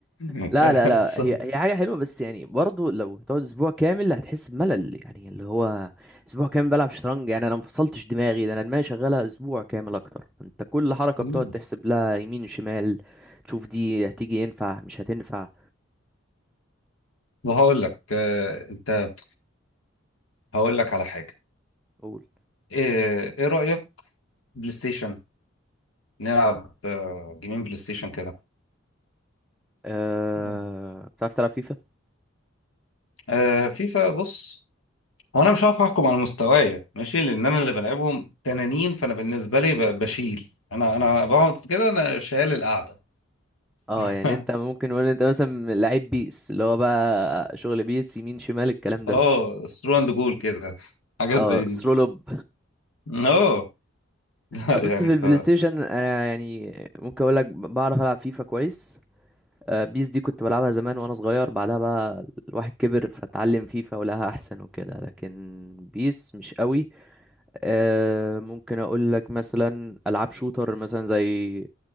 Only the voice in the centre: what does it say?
لا لا لا
هي هي حاجه حلوه بس يعني برضه لو هتقعد اسبوع كامل هتحس بملل يعني اللي هو اسبوع كامل بلعب شطرنج يعني انا ما فصلتش دماغي ده انا دماغي شغاله اسبوع كامل اكتر انت كل حركه
بتقعد تحسب لها يمين شمال تشوف دي هتيجي ينفع مش هتنفع
قول
أه...
بتعرف تلعب فيفا
اه
يعني انت ممكن نقول انت مثلا لعيب بيس اللي هو بقى شغل بيس يمين شمال الكلام ده
اه
ثرو لوب
ابص
في البلاي
ستيشن انا يعني ممكن اقول لك بعرف العب فيفا كويس آه، بيس دي كنت بلعبها زمان وانا صغير بعدها بقى الواحد كبر فتعلم فيفا ولها احسن وكده لكن بيس مش قوي آه، ممكن اقول لك مثلا العاب شوتر مثلا زي